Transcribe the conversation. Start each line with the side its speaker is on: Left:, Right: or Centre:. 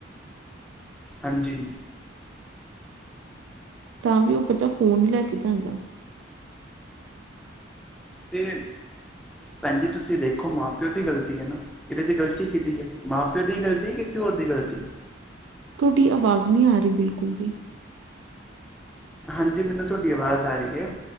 Centre: ਹਾਂਜੀ।
Right: ਤਾਂ ਵੀ ਓਹ ਬੱਚਾ ਫੋਨ ਹੀ ਲੈ ਕੇ ਜਾਂਦੈ।
Centre: ਤੇ ਭੈਣ ਜੀ ਤੁਸੀਂ ਦੇਖ। ਦੇਖੋ ਮਾਂ-ਪਿਓ ਦੀ ਗਲਤੀ ਹੈ ਨਾ, ਇਦੇ ਚ ਗ਼ਲਤੀ ਕਿਦੀ ਹੈ? ਮਾਂ-ਪਿਓ ਦੀ ਗ਼ਲਤੀ ਐ ਕਿਸੇ ਹੋਰ ਦੀ ਗਲਤੀ ਐ।
Right: ਤੁਹਾਡੀ ਆਵਾਜ਼ ਨਹੀ ਆ ਰਹੀ ਬਿਲਕੁਲ ਵੀ।
Centre: ਹਾਂਜੀ, ਮੈਨੂੰ ਤੁਹਾਡੀ ਆਵਾਜ਼ ਆ ਰਹੀ ਹੈ।